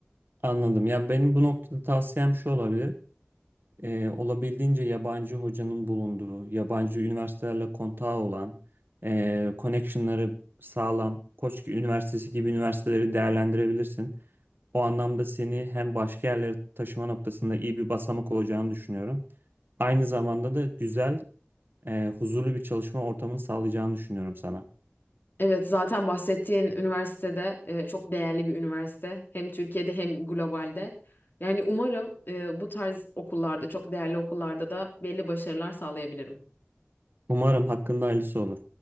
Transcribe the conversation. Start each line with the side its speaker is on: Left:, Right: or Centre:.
Right: Anladım. Ya benim bu noktada tavsiyem şu olabilir. Ee, olabildiğince yabancı hocanın bulunduğu, yabancı üniversitelerle kontağı olan, e, connectionları sağlam, Koç Üniversitesi gibi üniversiteleri değerlendirebilirsin. O anlamda seni hem başka yerlere taşıma noktasında iyi bir basamak olacağını düşünüyorum. Aynı zamanda da güzel, e, huzurlu bir çalışma ortamını sağlayacağını düşünüyorum sana.
Left: Evet, zaten bahsettiğin üniversitede e, çok değerli bir üniversite. Hem Türkiye'de hem globalde. Yani umarım e, bu tarz okullarda, çok değerli okullarda da belli başarılar sağlayabilirim.
Right: Umarım hakkında hayırlısı olur.